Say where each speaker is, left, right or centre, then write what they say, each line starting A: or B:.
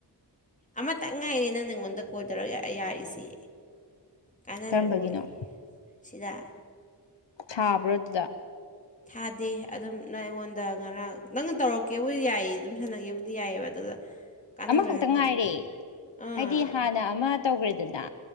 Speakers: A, on the left; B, on the left.
A: ꯑꯃꯇ ꯉꯥꯏꯔꯦ ꯅꯪ ꯅꯉꯣꯟꯗ ꯀꯣꯜ ꯇꯧꯔ ꯌꯥꯔꯤꯁ ꯀꯥꯟꯅꯔꯔꯣꯏ
B: ꯀꯔꯝꯕꯒꯤꯅꯣ
A: ꯁꯤꯗ
B: ꯊꯥꯕ꯭ꯔꯖꯗ
A: ꯊꯥꯗꯦ ꯑꯗꯨꯝ ꯅꯪ ꯑꯩꯉꯣꯟꯗ ꯉꯔꯥꯡ ꯅꯪꯅ ꯇꯧꯔꯛꯀꯦꯕꯨꯗꯤ ꯌꯥꯏ ꯑꯗꯨꯝ ꯁꯥꯟꯅꯒꯦꯕꯨꯗꯤ ꯌꯥꯏꯑꯕ ꯑꯗꯨꯗ ꯀꯥꯟꯅꯔꯣꯏ
B: ꯑꯃꯈꯛꯇꯪ
A: ꯍꯥꯏꯕ
B: ꯉꯥꯏꯔꯦ
A: ꯋꯥꯅꯤꯗ ꯑꯥ
B: ꯍꯥꯏꯗꯤ ꯍꯥꯟꯅ ꯑꯃ ꯇꯧꯈ꯭ꯔꯦꯗꯅ